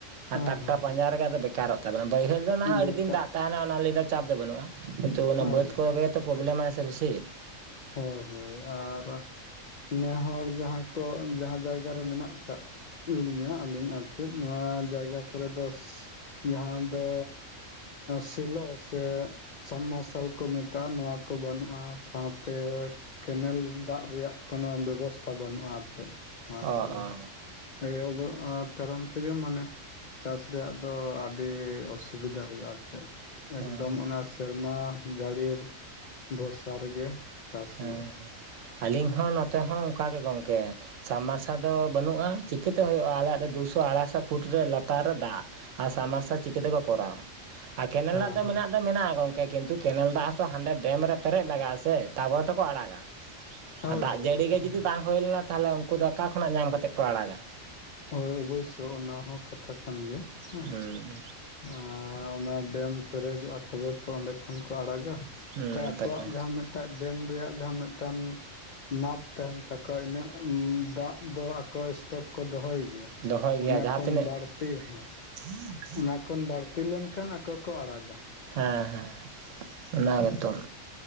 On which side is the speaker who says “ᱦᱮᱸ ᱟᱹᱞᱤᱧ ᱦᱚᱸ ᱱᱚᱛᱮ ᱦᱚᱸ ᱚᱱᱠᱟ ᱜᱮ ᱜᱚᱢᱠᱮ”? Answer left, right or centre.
Right